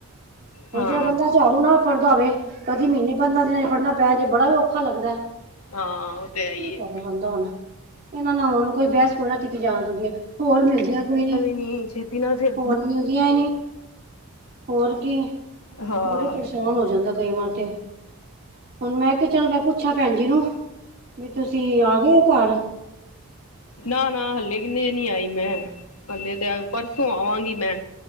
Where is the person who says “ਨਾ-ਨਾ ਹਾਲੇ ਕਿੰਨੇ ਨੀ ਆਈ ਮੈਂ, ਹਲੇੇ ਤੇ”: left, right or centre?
Left